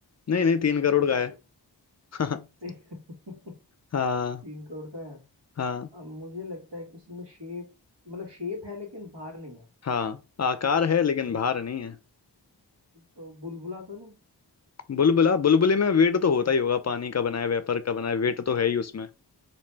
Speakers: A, on the left; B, on the right.
A: नहीं नहीं तीन करोड़
B: अब
A: का है
B: <laughs>
A: <laughs>
B: तीन
A: हाँ
B: करोड़ का है
A: हाँ
B: अब मुझे लगता है कि इसमें शेप मतलब शेप है लेकिन भार नहीं है
A: हाँ आकार है लेकिन भार नहीं है
B: तो बुलबुला तो नहीं
A: बुलबुला बुलबुले में वेट तो होता ही होगा पानी का बनाया वेपर का बनाया वेट तो है ही उसमें